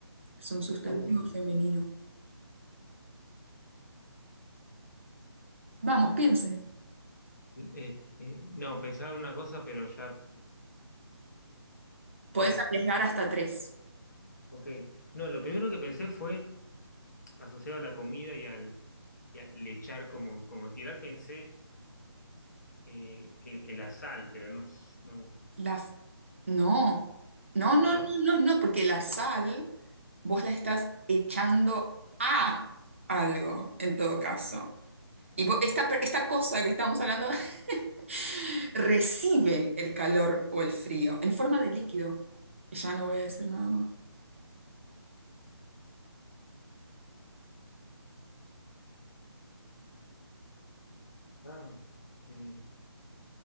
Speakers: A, on the right; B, on the left.
A: es un sustantivo
B: Uy.
A: femenino. Vamos, piense.
B: eh, eh, no, pensaba en una cosa, pero ya que
A: Podés
B: las...
A: arriesgar hasta tres.
B: Ok, no, lo primero que pensé fue asociado a la comida y al, y al echar como, como tirar, pensé eh, que, que la sal, pero no, s- no,
A: La, f- no, no, no,
B: ¿no?
A: no, no, no, porque la sal vos la estás echando a algo, en todo caso.
B: Y,
A: Y vo- esta, per- esta cosa que estamos hablando <laughs> recibe el calor o el frío en forma de líquido. Ya no voy a decir nada más.
B: ah, eh,